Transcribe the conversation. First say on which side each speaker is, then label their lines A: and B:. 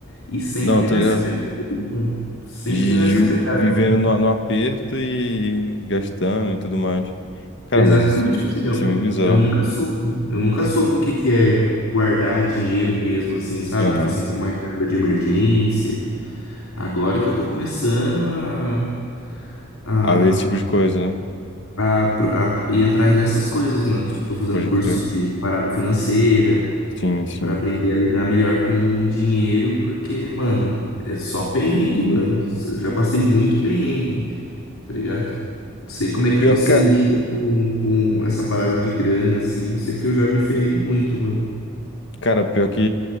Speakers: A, on the left; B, on the left.
A: E sempre
B: Não, tô
A: nessa
B: ligado.
A: pegada, mano. Sempre
B: Gi-
A: nessa
B: gi-
A: pegada.
B: Vivendo no, no aperto e, e gastando e tudo mais. Cara,
A: Exatamente,
B: mas isso,
A: tipo assim, eu,
B: isso é meio bizarro.
A: eu nunca soube. Eu nunca soube o que que é guardar dinheiro mesmo, assim, sabe?
B: Aham.
A: Tipo assim, pra uma reserva de emergência. Agora que eu tô começando a, a,
B: Haver esse tipo de coisa, né?
A: a, pro- a ir atrás dessas coisas, mano. Tipo, tô fazendo
B: Pode
A: curso
B: crer.
A: de parada financeira
B: Sim, sim.
A: pra aprender a lidar melhor com o dinheiro, porque, mano, é só perrengue, mano. Eu já passei muito perrengue, tá ligado? Não sei como é que
B: Pior,
A: você
B: que
A: lida com, com essa parada de grana, assim. Eu sei que eu já me ferrei muito, mano.
B: Cara, pior que